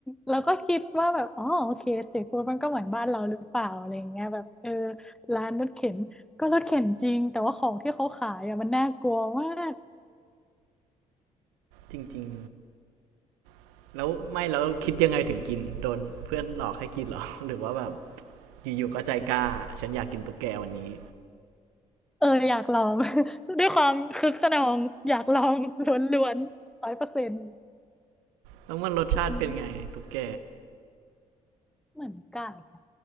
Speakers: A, in the centre; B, on the right.
A: แล้วก็คิดว่าแบบอ๋อโอเคสตรีทฟู้ดมันก็เหมือนบ้านเราหรือเปล่าอะไรอย่างเงี้ยแบบเออร้านรถเข็นก็รถเข็นจริงแต่ว่าของที่เขาขายอ่ะมันน่ากลัวมาก
B: จริงๆแล้วไม่แล้วคิดยังไงถึงกินโดนเพื่อนหลอกให้กินหรอ <laughs> หรือว่าแบบอยู่ๆก็ใจกล้าฉันอยากกินตุ๊กแกวันนี้
A: เอออยากลอง <laughs> ด้วยความคึกคะนองอยากลองล้วนๆร้อยเปอร์เซ็นต์
B: แล้วมันรสชาติเป็นไงตุ๊กแก
A: อืมเหมือนไก่อะ